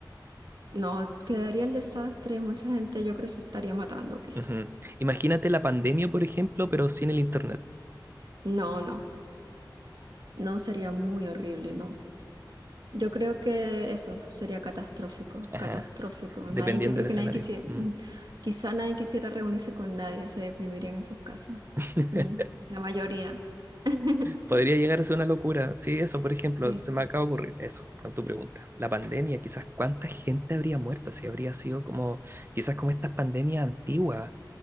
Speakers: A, on the right; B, on the right.
A: no, quedaría el desastre. Mucha gente yo creo que se estaría matando quizá.
B: ujú. Imagínate la pandemia, por ejemplo, pero sin el internet.
A: No, no, no sería muy horrible, no. Yo creo que eso sería catastrófico,
B: Ajá,
A: catastrófico.
B: Dependiendo
A: Nadie, yo creo
B: del
A: que
B: escenario.
A: nadie quisiera,
B: Mm.
A: quizá nadie quisiera reunirse con nadie, se deprimirían en sus casas.
B: <laughs>
A: Mm, la mayoría. <laughs>
B: Podría llegar a ser una locura. Sí, eso, por ejemplo,
A: Sí,
B: se me acaba de ocurrir eso con tu pregunta. La pandemia, quizás cuánta gente habría muerto, si habría sido como, quizás como estas pandemias antiguas,